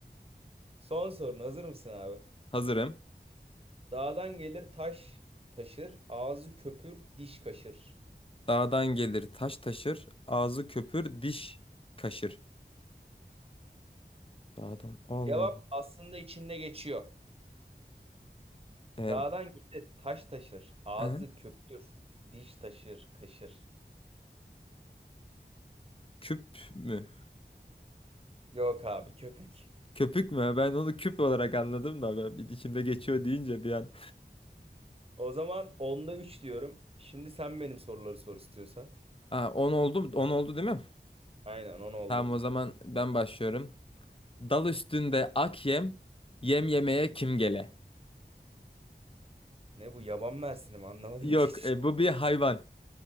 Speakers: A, on the right; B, on the left.
A: Son sorun hazır mısın abi?
B: <laughs> Hazırım.
A: Dağdan gelir taş taşır. Ağzı köpür diş kaşır.
B: Dağdan gelir taş taşır, ağzı köpür diş kaşır. Dağdan Allah.
A: Cevap aslında içinde geçiyor.
B: Ee,
A: Dağdan gelir taş taşır. Ağzı
B: aha.
A: köpür. Diş taşır kaşır.
B: Küp mü?
A: Yok abi köpük.
B: Köpük mü? Ben onu küp olarak anladım da ben bir içinde geçiyor deyince bir an.
A: O zaman onda 3 diyorum. Şimdi sen benim soruları sor istiyorsan.
B: Aa, 10 oldu, on oldu değil mi?
A: Aynen 10 oldu.
B: Tamam o zaman ben başlıyorum. Dal üstünde ak yem, yem yemeye kim gele?
A: Ne bu yaban mersini mi anlamadım
B: Yok,
A: ki. <laughs> hiç.
B: e, bu bir hayvan.